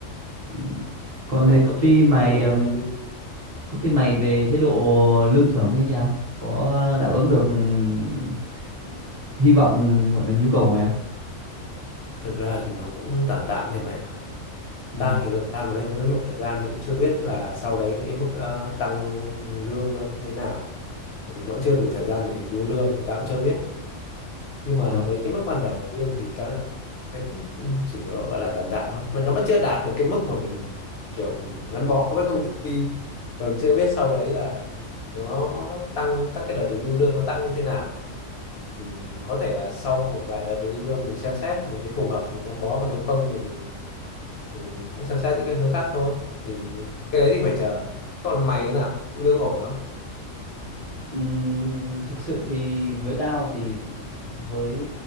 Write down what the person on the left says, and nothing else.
có
thể
chứ
đi làm
công ty
thực ra thì nó cũng tạm tạm thì mẹ
tao thì làm ở đây mới một thời gian thì cũng chưa biết là sau đấy cái mức ờ, tăng lương nó thế nào bởi vì nó cũng chưa đủ thời gian để review lương thì tao cũng chưa biết nhưng
mà với cái mức ban đầu lương thì tao thấy cũng chỉ gọi là tạm tạm thôi mà nó vẫn chưa đạt được cái mức mà mình kiểu mình gắn bó với công ty còn chưa biết sau đấy là nó tăng các cái đợt review lương nó tăng như thế nào thì có thể là sau một vài đợt review lương mình xem xét mình thấy phù hợp thì mình gắn bó còn nếu không thì mình thì mình cũng xem xét những cái hướng khác thôi thì cái đấy thì phải chờ còn mày thế nào lương ổn không